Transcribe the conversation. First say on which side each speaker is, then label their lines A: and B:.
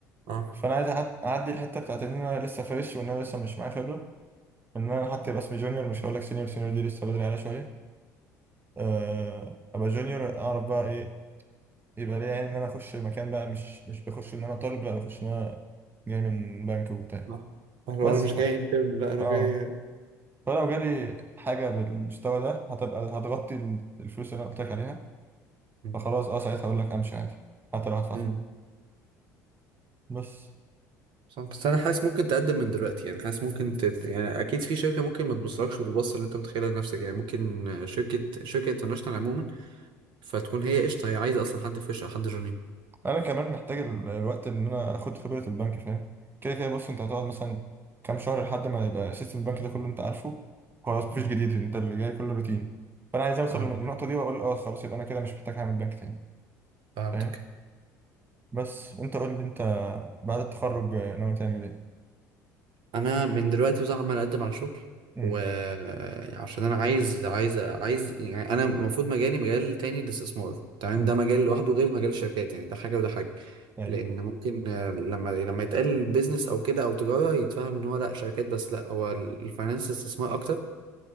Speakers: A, on the right; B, on the right.
A: اه
B: فانا عايز أعد- اعدي الحتة بتاعت ان انا لسه فريش وان انا لسه مش معايا خبرة ان انا حتى يبقى اسمي جونيور مش هقول لك سينيور سينيور دي لسه بدري عليها شوية آه، ابقى جونيور اعرف بقى ايه يبقى ليه يعني ان انا اخش مكان بقى مش مش بخش ان انا طالب لا بخش ان انا جاي من بنك وبتاع
A: لا هو
B: بس
A: انا مش
B: ف
A: جاي انترن لا انا
B: اه
A: جاي
B: فلو جالي حاجه بالمستوى ده هتبقى هتغطي ال- الفلوس اللي انا قلت لك عليها
A: مم.
B: فخلاص اه ساعتها اقول لك امشي عادي حتى لو هدفع
A: مم.
B: فلوس بس
A: صح بس انا حاسس ممكن تقدم من دلوقتي يعني حاسس ممكن ت... يعني اكيد في شركه ممكن ما تبصلكش بالبصه اللي انت متخيلها لنفسك يعني ممكن شركه شركه انترناشونال عموما فتكون هي قشطه هي عايزه اصلا حد فريش او حد جونيور
B: انا كمان محتاج ال- الوقت ان انا اخد خبره البنك فاهم كده كده بص انت هتقعد مثلا كام شهر لحد ما يبقى سيستم البنك ده كله انت عارفه خلاص مفيش
A: مم.
B: جديد انت اللي جاي كله روتين فانا عايز اوصل
A: فاهم
B: للنقطه دي واقول اه خلاص يبقى انا كده مش محتاج اعمل بنك تاني
A: فهمتك
B: فاهم بس انت قول لي انت بعد التخرج آه، ناوي تعمل ايه
A: انا من دلوقتي بصراحه عمال اقدم على شغل
B: امم
A: وعشان انا عايز عايز عايز يعني انا المفروض مجالي مجال تاني الاستثمار تمام
B: امم
A: ده مجال لوحده غير مجال الشركات يعني ده حاجه وده حاجه
B: ايوه
A: لان ممكن آه، لما لما يتقال بيزنس او كده او تجاره يتفهم ان هو لا شركات بس لا هو الفاينانس استثمار اكتر